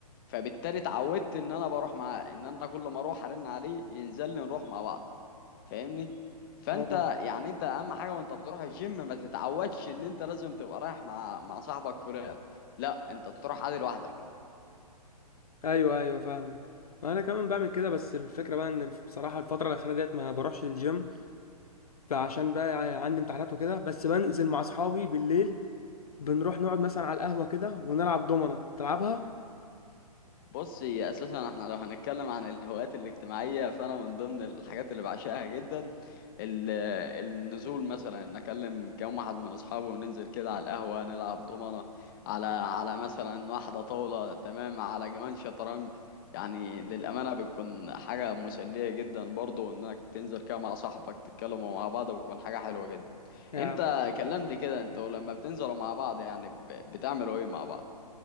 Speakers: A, on the left; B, on the left.
A: فبالتالي اتعودت ان انا بروح مع ان انا كل ما اروح ارن عليه ينزل لي نروح مع بعض فاهمني فانت
B: اه
A: يعني انت اهم حاجه وانت بتروح الجيم ما تتعودش ان انت لازم تبقى رايح مع مع صاحبك فلان لا انت تروح عادي لوحدك
B: ايوه ايوه فاهمك انا كمان بعمل كده بس الفكره بقى ان بصراحه الفتره الاخيره ديت ما بروحش الجيم فعشان بقى عندي امتحانات وكده بس بنزل مع اصحابي بالليل بنروح نقعد مثلا على القهوة كده ونلعب دومنة تلعبها
A: بص هي اساسا احنا لو هنتكلم عن الهوايات الاجتماعيه فانا من ضمن الحاجات اللي بعشقها جدا ال- النزول مثلا ان اكلم كام واحد من اصحابي وننزل كده على القهوه نلعب دومنه على على مثلا واحده طاوله تمام على كمان شطرنج يعني للامانه بتكون حاجه مسليه جدا برضو انك تنزل كده مع صاحبك تتكلموا مع بعض بتكون حاجه حلوه جدا
B: يا
A: انت كلمني كده انتوا لما بتنزلوا مع بعض يعني ب- بتعملوا ايه مع بعض